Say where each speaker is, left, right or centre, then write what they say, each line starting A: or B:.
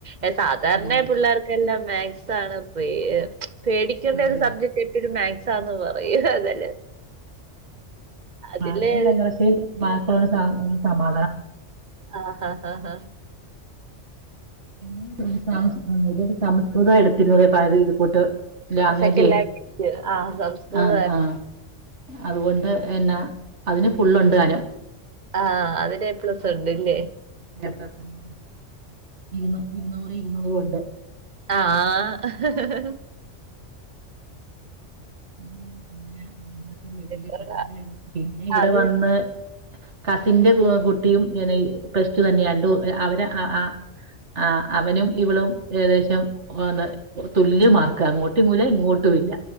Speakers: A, on the right; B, on the right.
A: ഏ സാധാരണ
B: ഉം
A: പിള്ളേർക്കെല്ലാം മാത് സ്‌ ആണ് <unintelligible> പേടിക്കേണ്ട ഒരു
B: ഉം
A: സബ്ജക്ട് എപ്പഴും മാത് സാന്ന് പറയും <unintelligible>
B: <unintelligible>
A: അതില്
B: <unintelligible> സമാ
A: ആഹ് ഹ് ഹ് ഹ്
B: പിന്നെ <unintelligible> സ <unintelligible> ഇത് കൂട്ട് ലാംഗ്വേജേ
A: <unintelligible> ആഹ് സംസ്കൃ
B: ആ ആ അതുകൊണ്ട് പിന്നെ അതിന് ഫുള്ളുണ്ടാനും.
A: ആഹ് അതിന് ഏ പ്ലസ് ഇണ്ട് ലേ
B: <unintelligible> ഇരുന്നൂർ ഇരുന്നൂർ ഉണ്ട് <inaudible>
A: ആ ആ ഹ് ഹ് <unintelligible>
B: <unintelligible> വല്യ
A: കൊള്ളാം.
B: കടമ്പയായിരുന്നു പിന്നെ ഇവട
A: അത്
B: വന്ന് കസിന്റെ കു കുട്ടിയും ങ്ങനെ ഈ പ്ലസ് ടു തന്നെ രണ്ടു അവരെ ആ ആ ആ അവനും ഇവളും ഏകദേശം ഓന് തുല്യ മാർക്ക അങ്ങോട്ടും <unintelligible> ഇങ്ങോട്ടും ഇല്ല.